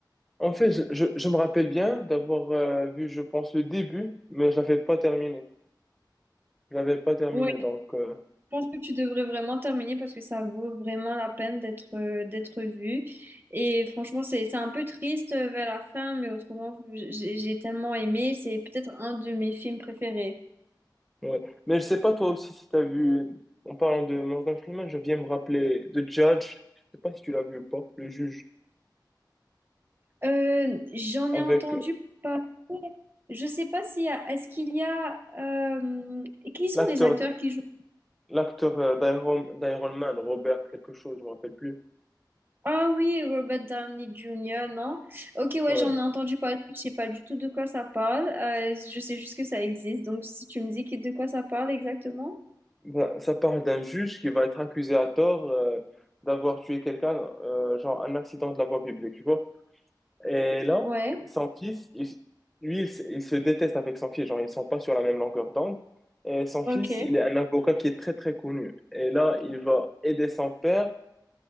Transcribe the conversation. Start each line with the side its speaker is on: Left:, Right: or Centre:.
Centre: En fait, je, je, je me rappelle bien d'avoir euh, vu, je pense, le début, mais je l'avais pas terminé. Je l'avais pas terminé,
Right: Oui,
Centre: donc. euh,
Right: je pense que tu devrais vraiment terminer parce que ça vaut vraiment la peine d'être euh, d'être vu. Et franchement, c'est c'est un peu triste euh, vers la fin, mais autrement, j'ai j'ai tellement aimé. C'est peut-être un de mes films préférés.
Centre: Ouais. Mais je sais pas toi aussi si t'as vu, en parlant de Morgan Freeman, je viens me rappeler de Judge, je sais pas si tu l'as vu ou pas, le juge,
Right: Euh, j'en
Centre: avec
Right: ai entendu
Centre: euh,
Right: parler. Je sais pas s'il y a. Est-ce qu'il y a. euh, qui sont
Centre: l'acteur
Right: les acteurs qui jouent?
Centre: l'acteur euh, d'Iron d'Iron Man, Robert quelque chose, je me rappelle plus.
Right: Ah oui, Robert Downey Jr., non? Ok, ouais,
Centre: Ouais.
Right: j'en ai entendu parler. Je sais pas du tout de quoi ça parle. Euh, je sais juste que ça existe. Donc, si tu me dis qui- de quoi ça parle exactement?
Centre: Bah, ça parle d'un juge qui va être accusé à tort euh, d'avoir tué quelqu'un, euh, genre un accident de la voie publique, tu vois. Et là,
Right: Ouais,
Centre: son fils, il- lui, il, se il se déteste avec son fils. Genre, ils ne sont pas sur la même longueur d'onde. Et son
Right: ok.
Centre: fils, il est un avocat qui est très, très connu. Et là, il va aider son père.